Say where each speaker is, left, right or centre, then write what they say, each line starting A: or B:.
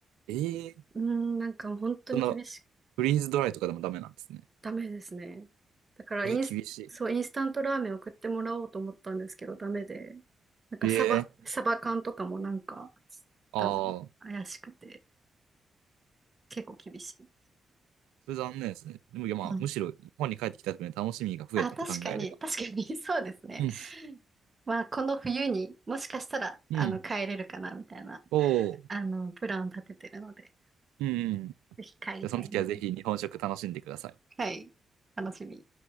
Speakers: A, on the right; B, on the right.
A: ええー
B: うーん、なんか本当に厳し
A: その、フリーズドライとかでもダメなんですね。
B: ダメですね。だからインス、
A: えー厳しい。
B: そう、インスタントラーメン送ってもらおうと思ったんですけど、ダメで。なんかサバ、
A: ええー
B: サバ缶とかもなんか、
A: ああ
B: ダメ。怪しくて、結構厳しい。
A: それ残念ですね。でも、いやまあ、
B: うん。
A: むしろ日本に帰ってきた時の楽しみが増えたと考えれば。
B: あ、確かに、確かに、<laughs> そうですね。
A: うん。
B: まあ、この冬にもしかしたら、あの、
A: うん。
B: 帰れるかな、みたいな、
A: おお。
B: あの、プランを立ててるので、
A: うんうん。じ
B: ぜひ帰りたいなと。
A: ゃあその時はぜひ日本食楽しんでください。
B: はい。楽しみ。